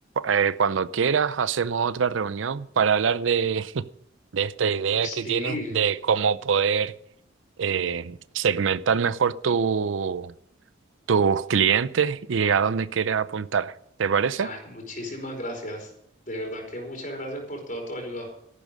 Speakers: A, on the right (about 80°); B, on the left (about 40°).
A: eh, cuando quieras, hacemos otra reunión para hablar de, <laughs> de esta idea
B: sí,
A: que tienes de cómo poder eh, segmentar mejor tu- tus clientes y a dónde quieres apuntar. ¿Te parece?
B: ah, muchísimas gracias. De verdad que muchas gracias por toda tu ayuda.